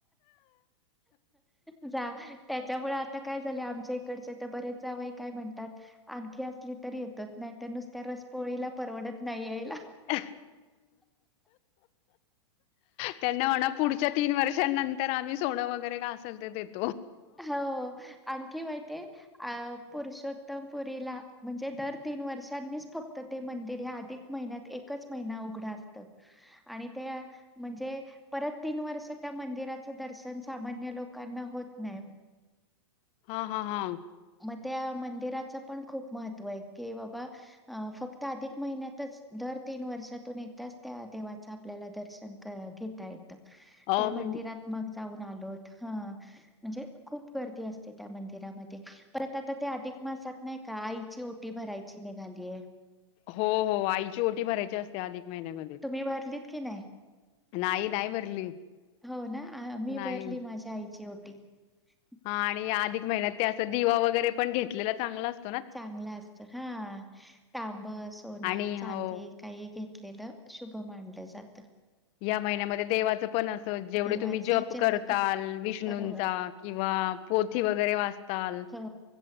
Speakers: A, in the centre; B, on the left.
A: <inaudible> जा त्याच्यामुळे आता काय झाले आमच्या इकडचे तर बरेच जावंय काय म्हणतात आणखी असली तरी येतच नाही तर नुसत्या रस पोळीला परवडत नाही यायला
B: <inaudible> त्यांना म्हणा पुढच्या तीन वर्षांनंतर आम्ही सोनं वगैरे काय असेल ते देतो.
A: हो आणखी माहिती आहे.. अ पुरुषो <unintelligible> पुरी म्हणजे दर तीन वर्षांनीच फक्त ते मंदिर अधिक महिन्यात एकच महिना उघड असत आणि त्या-आ म्हणजे परत तीन वर्ष त्या मंदिरात दर्शन सामान्य लोकांना. होत नाही.
B: हा हा हा
A: मग त्या मंदिराचं पण खूप महत्त्व आहे, की बाबा फक्त अधिक महिन्यातच दर तीन वर्षातून एकदाच त्या देवाचं आपल्याला दर्शन क-घेता येतं.
B: अ
A: त्या मंदिरात
B: म्हण
A: मग जाऊन आलोतं म्हणजे खूप गर्दी असते. त्या मंदिरामध्ये परत आता ते अधिक मासात नाही का आईची ओटी भरायची निघालीय.
B: हो हो आईची ओटी भरायची असते अधिक- महिन्यामध्ये.
A: तुम्ही भरलीत की नाही?
B: नाही नाही भरली
A: हो ना मी
B: नाही
A: अ भरली माझ्या आईची ओटी <inaudible>
B: हा आणि अधिक महिन्यात ते असं दिवा वगैरे पण घेतलेला चांगला असत
A: चांगलं असत हा तांब सोनं
B: आणि
A: चांदी
B: हो
A: काही घेत आपलेलं शुभ मानलं जात.
B: या महिन्यामध्ये देवाचं पण अस, जेवढे
A: देवाचं
B: तुम्ही जप
A: जेवढं
B: करताल
A: क-
B: विष्णूंचा
A: बरोबर
B: किंवा पोथी वगैरे वाचताल
A: हो